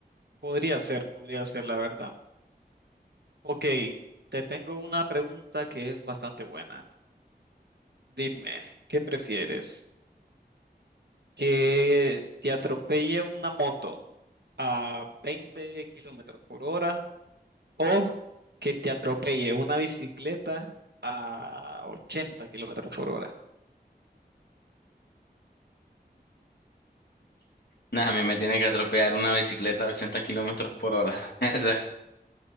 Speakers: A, on the right; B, on the left.
A: podría ser, podría ser la verdad. Ok, te tengo una pregunta que es bastante buena. Dime, ¿qué prefieres? ¿Que te atropelle una moto a 20 kilómetros por hora? O que te atropelle una bicicleta a ochenta kilómetros por hora.
B: Nada, a mí me tiene que atropellar una bicicleta a 80 kilómetros por hora, <laughs> ¿verdad?